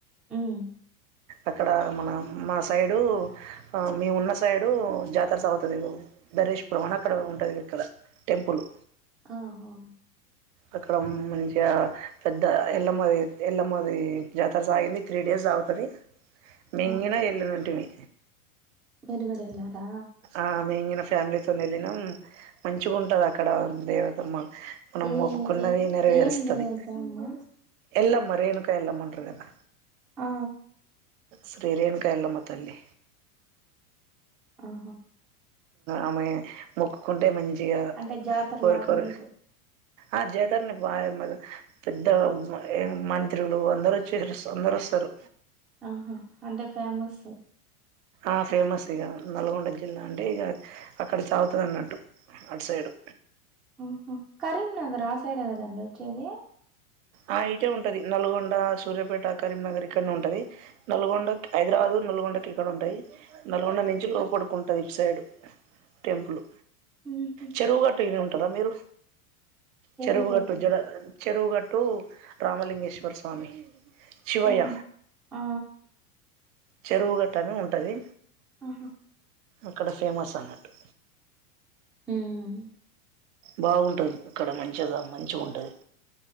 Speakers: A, in the centre; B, on the right.
A: మ్
B: అక్కడ మన మా సైడు ఆ మేము ఉన్న సైడు జాతర సాగుతది ధరేష్ పురం అని అక్కడ ఉంటది ఇక్కడ టెంపులు
A: ఆహా
B: అక్కడ మంచిగా పెద్ద ఎళ్లమ్మ ది ఎళ్లమ్మ ది జాతర సాగింది త్రీ డేస్ సాగుతది మింగినా
A: ఆ
B: ఎల్లి నుంటిమి
A: విరుకుడా ఎల్లారా
B: ఆ మేం గిన ఫ్యామిలి తొని ఎల్లినం మంచిగా ఉంటది అక్కడ దేవతమ్మ మనం
A: ఏ
B: మొక్కుకున్నది
A: ఏ
B: నెరవేరుస్తది
A: ఏం లేదమ్మా
B: ఎల్లమ్మ రేణుక ఎల్లమ్మ అంటరు కదా
A: ఆ
B: శ్రీ రేణుక ఎల్లమ్మ తల్లి
A: ఆహా
B: ఆమె మొక్కుకుంటే మంచిగా
A: అంటే జాతర
B: కోరికోరు
A: లాగా మీకు
B: ఆ జాతర్ని బాగ్ ఎమ్మదు పెద్ద మంత్రులు అందరూ వచ్చిర్రు అందరు వస్తరు.
A: ఆహా అంటే ఫేమస్
B: ఆ ఫేమస్ ఇగ నల్గొండ జిల్లా. అంటే ఇగ అక్కడ సాగుతది అన్నట్టు అటు సైడు
A: ఉహు కరీంనగర ఆ సైడే కదండి వచ్చేది
B: ఆ ఇటే ఉంటది నల్గొండ సూర్యాపేట కరీంనగర్ ఇక్కన్నే ఉంటది నల్గొండక్ హైదరాబాదు నల్గొండకి ఇక్కడ ఉంటాయి. నల్గొండ నుంచి లోపడుకుంటది ఇటు సైడ్. టెంపులు,
A: ఉహు
B: చెరువుగట్టు విని ఉంటరా మీరు?
A: చెరువు
B: చెరువుగట్టు
A: గట్ట
B: జడ చెరువుగట్టు రామలింగేశ్వర స్వామి. శివయ్య
A: ఆహా ఆ
B: చెరువుగట్ట అని ఉంటది.
A: ఆహ
B: అక్కడ ఫేమస్ అన్నట్టు.
A: మ్
B: బాగుంటది అక్కడ మంచెదా మంచిగ ఉంటది